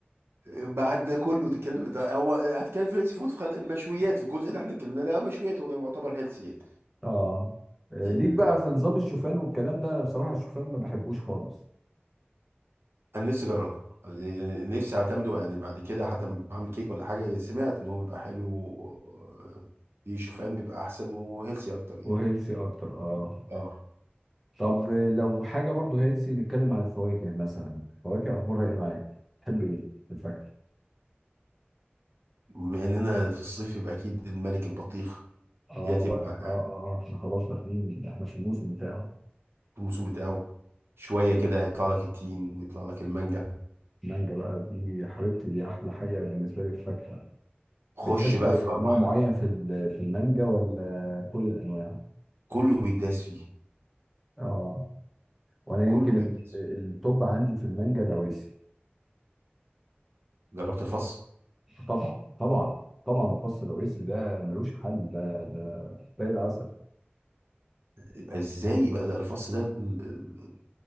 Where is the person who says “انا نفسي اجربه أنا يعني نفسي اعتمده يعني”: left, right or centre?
Right